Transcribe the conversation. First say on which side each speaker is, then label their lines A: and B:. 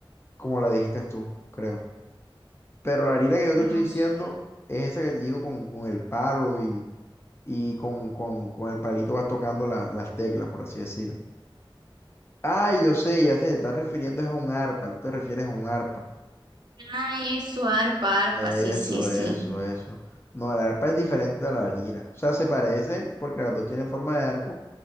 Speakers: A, on the left; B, on the right.
A: como la dijiste tú, creo. Pero la lira que yo
B: no
A: te estoy diciendo
B: sé.
A: es esa que te digo con, con el palo y, y con, con, con el palito vas tocando la- las teclas, por así decir. Ay, yo sé, ya sé, te estás refiriendo es a un arpa, tú te refieres a un arpa.
B: Ah, eso, arpa, arpa,
A: Eso,
B: sí, sí, sí.
A: eso, eso. No, la arpa es diferente a la lira. O sea, se parecen porque las dos tienen forma de arco,